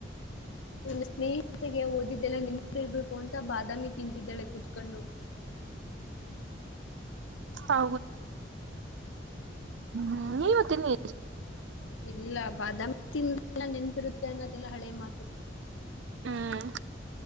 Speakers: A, on the left (about 85°); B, on the right (about 70°).
A: ನನ್ನ ಸ್ನೇಹಿಿತಗೆ ಓದಿದ್ದೆಲ್ಲ ನಿನ್ಿರ್ಬೇಕು ಅಂತ ಬಾದಾಮಿ ತಿಂತಿದ್ದಾಳೆ ಕುೂತ್ಕೊಂಡು ಹ್ಮ
B: ಹೌದಾ ಹ ನೀವತ್ತೆೊ
A: ಇಲ್ಲ ಬಾದಾಮಿಿಂದ ಎಲ್ಲ ನೆನ್ಪಿರುತ್ತೆ ಅನ್ನೋದೆಲ್ಲ ಹಳೆ ಮಾತು
B: ಹ್ಮ್